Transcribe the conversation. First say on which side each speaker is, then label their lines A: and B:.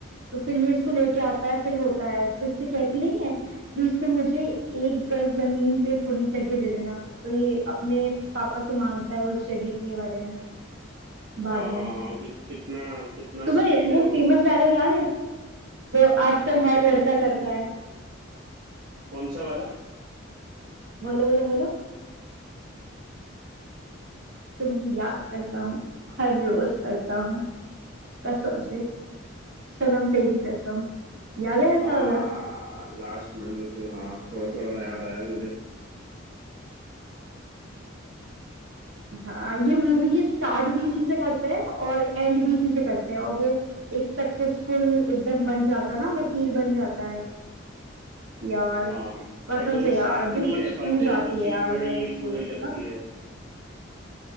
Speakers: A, on the right (about 70°); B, on the right (about 50°).
A: तो फिर ये इसको लेके आता है फिर होता है तो इससे कहती नहीं है प्लीज तुम मुझे एक गज जमीन पे थोड़ी जगह दे देना तो ये अपने पापा से मांगता है उस जगह के बारे में बाद
B: हाँ हाँ
A: में
B: हाँ, कि, कितना कितना
A: तुम्हें
B: स्वीट
A: वो
B: है वो
A: फेमस डायलॉग याद है जो आजकल हर लड़का करता है
B: कौन सा वाला
A: बोलो बोलो बोलो तुम ही याद करता हूँ हर रोज करता हूँ कसम से सनम तेरी कसम याद है ऐसा
B: हाँ
A: वाला
B: लास्ट में बिल्कुल हाँ थोड़ा थोड़ा ना याद आया मुझे
A: हाँ ये मूवी के स्टार्ट भी इसी से करते हैं और एंड भी इसी से करते हैं और वो एक सक्सेसफुल एकदम बन जाता है ना वकील बन जाता है यार
B: हाँ
A: कसम
B: पर दोनों
A: से
B: साथ
A: यार दिल
B: नहीं
A: को
B: रह
A: छू
B: पाते
A: जाती
B: वो चीज
A: है यार
B: बड़ी
A: ये वाली स्टोरी
B: बुरी लगती
A: तो ना
B: है